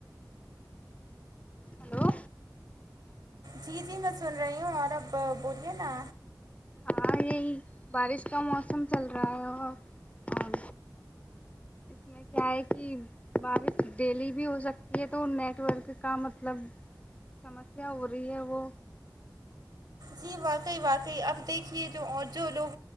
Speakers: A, on the left (about 20°); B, on the right (about 65°).
A: ہلو
B: جی جی میں سن رہی ہوں اور اب بولیے نا
A: ہاں یہی بارش کا موسم چل رہا ہے اور اس میں کیا ہے کی بارش ڈیلی بھی ہو سکتی ہے تو نیٹ ورک کا مطلب سمسیا ہو رہی ہے وہ
B: جی واقعی واقعی اب دیکھیے جو اور جو لوگ